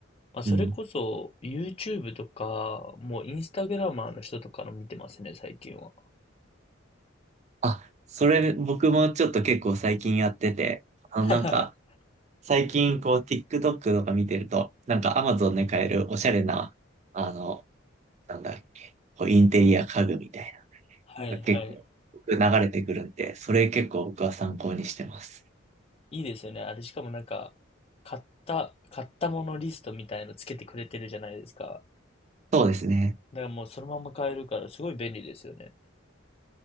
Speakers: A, on the left (about 30°); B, on the right (about 35°).
A: まあ、それこそ
B: うん。
A: YouTube とか、もうインスタグラマーの人とかの見てますね、最近は。
B: あ、それ僕もちょっと結構最近やってて、あのなんか
A: <laughs>
B: 最近こう TikTok とか見てると、なんか Amazon で買えるおしゃれな、あの、なんだっけ、こうインテリア家具みたい
A: はいはい。
B: な、結構僕流れてくるんで、それ結構僕は参考にしてます。
A: いいですよね。あれ、しかもなんか、買った、買ったものリストみたいのつけてくれてるじゃないですか。
B: そうですね。
A: だからもうそのまま買えるから、すごい便利ですよね。